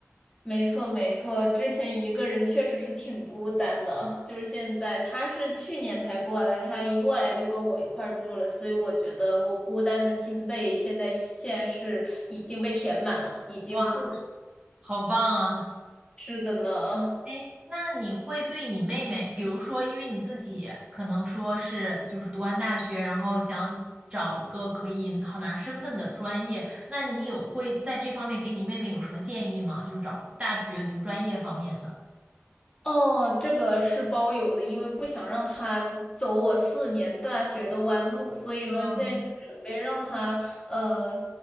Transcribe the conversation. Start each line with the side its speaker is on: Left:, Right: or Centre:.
Left: 没错没错，之前一个人确实是挺孤单的，就是现在他是去年才过来，他一过来就跟我一块儿住了，所以我觉得我孤单的心被现在现是已经被填满了，已经不
Right: 哇，好棒啊！
Left: 是的呢。
Right: 哎，那你会对你妹妹，比如说，因为你自己可能说是就是读完大学，然后想找一个可以好拿身份的专业，那你有会在这方面给你妹妹有什么建议吗？就是找大学读专业方面的。
Left: 哦，这个是包邮的，因为不想让他走我四年大学的弯路，所以呢，
Right: 嗯
Left: 现在就准备让他呃，